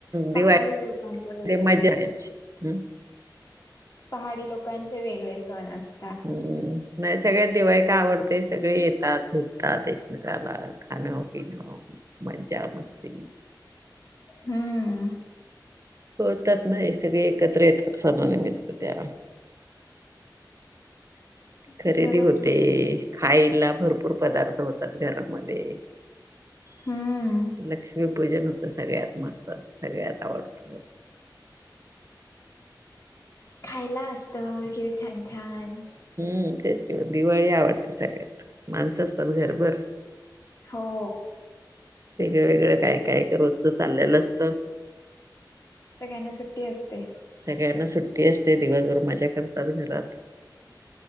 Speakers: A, on the left (about 40°); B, on the right (about 40°).
A: पहाडी
B: दिवाळी
A: लोकांचे वेगळ्या
B: ते मजा याची. हम्म
A: पहाडी लोकांचे वेगळे सण अस
B: हम्म, नाही सगळ्यात दिवाळी का आवडते सगळे येतात, भेटतात एकमेकाला. खानपिणं, मज्जा- मस्ती
A: हम्म.
B: होय कात नय, सगळे एकत्र येतात सणा निमित्त त्या खरेदी
A: बरोबर
B: होते,
A: आहे.
B: खायला भरपूर पदार्थ होतात घरामध्ये.
A: हम्म.
B: लक्ष्मीपूजन होतं, सगळ्यात महत्त्वाचं सगळ्यात आवडतं.
A: खायला असतं, किती छान- छान.
B: हम्म तेच की दिवाळी आवडते सगळ्यात, माणसं असतात घरभर.
A: हो.
B: वेगळं- वेगळं, काय- काय ते रोजचं चाललेलं असतं.
A: सगळ्यांना सुट्टी असते.
B: सगळ्यांना सुट्टी असते, दिवसभर मजा करतात घरात.